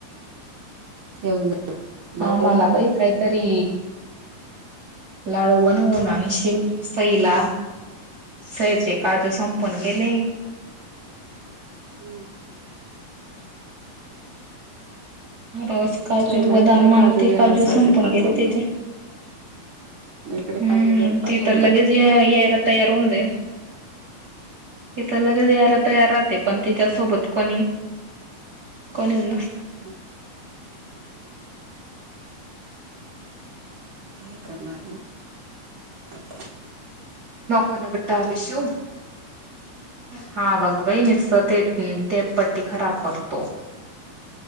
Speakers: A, on the right (about 50°); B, on the right (about 30°).
A: येऊन जा भाऊ
B: हा मला बाई काहीतरी. लाडू बनवून आणशिल सईला सइचे काजू संपून गेले.
A: हम्.
B: बस काजू
A: चला
B: बदाम
A: इकडे
B: मागते
A: घेण्यासाठी
B: काजू संपून
A: पाठवून
B: गेले तिचे
A: दे इकडे
B: हम्म
A: काजू घ्यायला पाठवून
B: ती तर
A: दे
B: लगेच यायला तयार होऊन देईन. ती तर लगेच यायला तयार राहते पण त्यािच्यासोबत कोणी कॉलेजला.
A: हा. काय करणार मग आता
B: नको ना बेटा विशु हा बघ बई निस्त ते ते पट्टी खराब करतो.